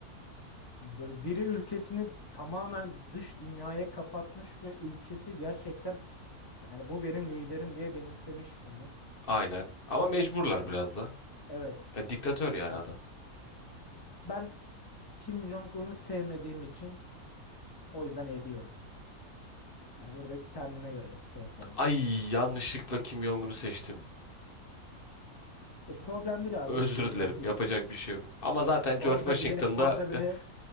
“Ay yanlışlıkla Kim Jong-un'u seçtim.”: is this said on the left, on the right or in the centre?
Left